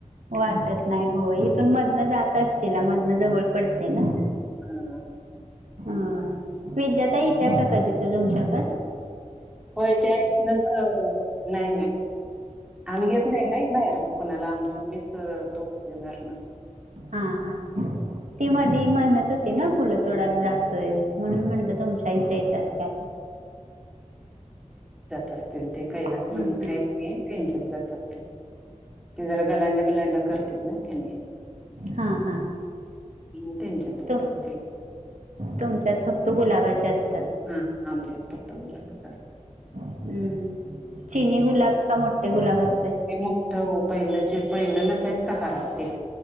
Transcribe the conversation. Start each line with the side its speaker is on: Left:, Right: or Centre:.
Right: वाटत नाही हो इथून मधन जात अशिला मध इथन जवळ पडतय ना.
Centre: हा
Right: होय विद्याताई इत्या का कधी तर तुमच्याकड.
Centre: होय त्या इथनच नाही नाही. आम्ही घेत नाही नाही बाहेरचं कुणाला, आमचं आम्हीच तोफ देणार ना?
Right: हा, हा. ती मधी म्हनत होती ना, फुलं तोडायला जातोय, म्हणून म्हणलं तुमच्या इथं येतात काय?
Centre: नसतील ते कैलास
Right: काय
Centre: म्हणून आहेत ते त्यांच्यात जातात. ते जरा गलांडा बिलांडा करत्यात ना, त्याने
Right: हा, हा.
Centre: मग त्यांच्यात जात
Right: तुम
Centre: असतील.
Right: तुमच्यात फक्त गुलाबाचे असते?
Centre: हा, आमच्यात फक्त मुलागत असत
Right: हम्म, चिनी गुलाब का मोठे गुलाब असत?
Centre: ते मोठं वो पहिलं च पहिलं नसायचं का हारात, ते